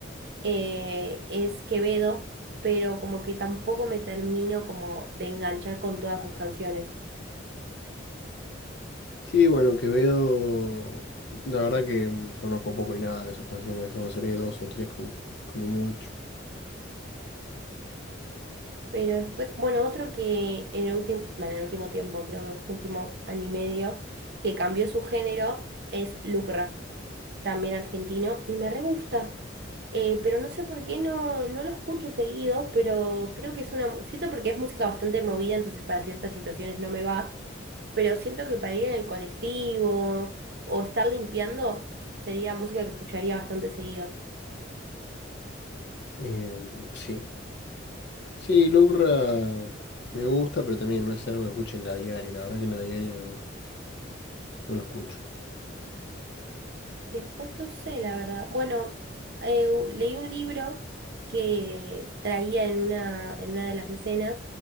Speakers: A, on the right (about 55°); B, on the left (about 60°).
A: eh, es Quevedo, pero como que tampoco me termino como de enganchar con todas sus canciones.
B: Sí, bueno, Quevedo, la verdad que mm, conozco poco y nada de sus canciones, conoceré dos o tres como, como mucho.
A: Pero después, bueno, otro que en el último, bueno, en el último tiempo, creo que último año y medio, que cambió su género es Lucra. también argentino, y me re gusta. Eh, pero no sé por qué no, no lo escucho seguido, pero creo que es una... mu- Siento porque es música bastante movida, entonces para ciertas situaciones no me va, pero siento que para ir en el colectivo o estar limpiando sería música que escucharía bastante seguido.
B: Eh, sí, sí, Lucra me gusta, pero también no es algo que escuche en la diaria, la verdad que en la diaria no, no lo escucho.
A: Y después no sé, la verdad. Bueno, eh, leí un libro que traía en una, en una de las escenas